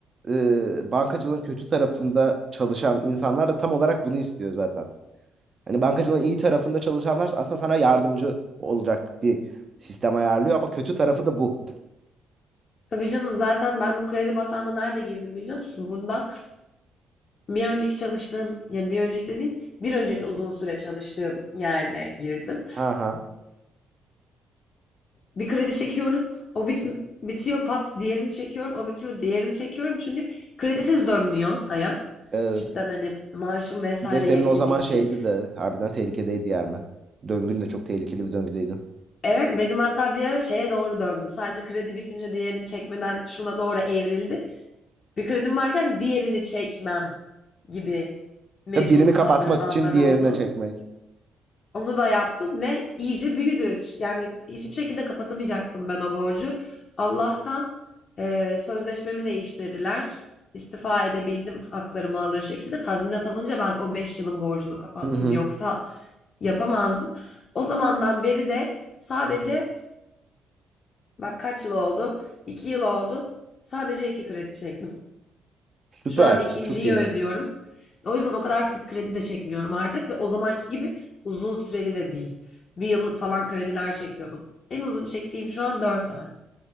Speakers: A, on the right (about 35°); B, on the left (about 50°).
A: e, bankacılığın kötü tarafında çalışan insanlar da tam olarak bunu istiyor zaten. Hani bankacılığın iyi tarafında çalışanlar aslında sana yardımcı olacak bir sistem ayarlıyor ama kötü tarafı da bu.
B: Tabii canım zaten ben bu kredi batağına nerede girdim biliyor musun? Bundan bir önceki çalıştığım, yani bir önceki dediğim bir önceki uzun süre çalıştığım yerde girdim.
A: Ha ha.
B: Bir kredi çekiyorum. O bit bitiyor pat diğerini çekiyorum. O bitiyor diğerini çekiyorum. Çünkü kredisiz dönmüyor hayat.
A: Evet.
B: Cidden hani maaşım vesaire
A: Bir de senin
B: yetmediği
A: o zaman şeydi
B: için.
A: de harbiden tehlikedeydi yani. Döngün de çok tehlikeli bir döngüdeydin.
B: Evet benim hatta bir ara şeye doğru döndüm. Sadece kredi bitince diğerini çekmeden şuna doğru evrildi. Bir kredim varken diğerini çekmem gibi mecbur
A: Tabii birini
B: kaldığım
A: kapatmak
B: anlar
A: için diğerine
B: oldu.
A: çekmek.
B: Onu da yaptım ve iyice büyüdü. Ç- Yani hiçbir şekilde kapatamayacaktım ben o borcu. Allah'tan eee, sözleşmemi değiştirdiler. İstifa edebildim haklarımı alır şekilde. Tazminat alınca ben o 5 yılın borcunu kapattım.
A: Hı hı.
B: Yoksa yapamazdım. O zamandan beri de sadece bak kaç yıl oldu? 2 yıl oldu. Sadece 2 kredi çektim.
A: Süper.
B: Şu an ikinciyi
A: Çok iyi.
B: ödüyorum. O yüzden o kadar sık kredi de çekmiyorum artık ve o zamanki gibi uzun süreli de değil. Bir yıllık falan krediler çekiyordum. En uzun çektiğim şu an dört ay.